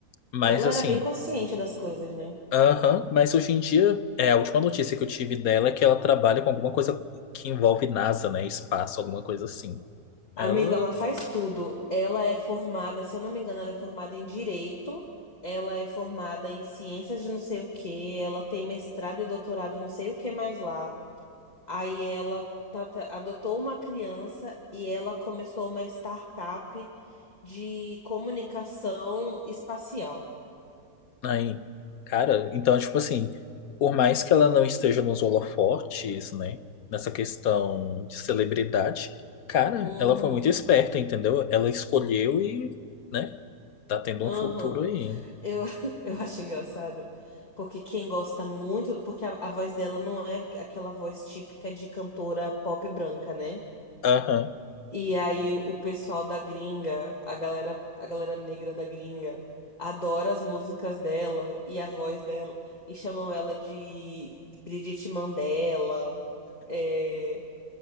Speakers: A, on the left; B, on the left.
A: Mas,
B: Ela
A: assim.
B: era bem consciente das coisas, né?
A: Aham, mas hoje em dia, é, a última notícia que eu tive dela é que ela trabalha com alguma coisa que envolve NASA, né? Espaço, alguma coisa assim. Ela,
B: Amigo, ela faz tudo. Ela é formada, se eu não me engano, ela é formada em direito. Ela é formada em ciências de não sei o que Ela tem mestrado e doutorado em não sei o que mais lá. Aí ela tá- tá- adotou uma criança e ela começou uma startup de comunicação espacial.
A: aí, cara, então, tipo assim, por mais que ela não esteja nos holofotes, né? Nessa questão de celebridade, cara,
B: Uhum,
A: ela foi muito esperta, entendeu? Ela escolheu e, né? Tá tendo
B: uhum.
A: um futuro aí. hein?
B: Eu, <laughs> eu acho engraçado, porque quem gosta muito, porque a, a voz dela não é aquela voz típica de cantora pop branca, né?
A: Aham,
B: E aí o pessoal da gringa, a galera, a galera negra da gringa, adora as músicas dela e a voz dela e chamam ela de Bridget Mandela. É,